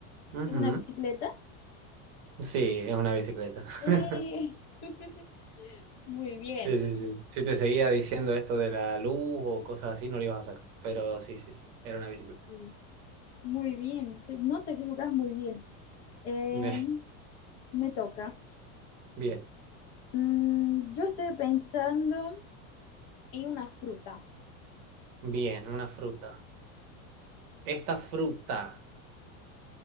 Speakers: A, on the right; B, on the left.
A: Ujú.
B: en una bicicleta.
A: Sí, es una bicicleta.
B: Eh,
A: <laughs>
B: <laughs> Muy bien,
A: Sí, sí, sí. Si te seguía diciendo esto de la luz o cosas así, no lo ibas a sacar. Pero sí, sí, sí, era una bicicleta.
B: sí, muy bien. Se nota que jugás muy bien. Eh,
A: <laughs>
B: me toca.
A: Bien,
B: Mm, yo estoy pensando en una fruta.
A: bien, una fruta. Esta fruta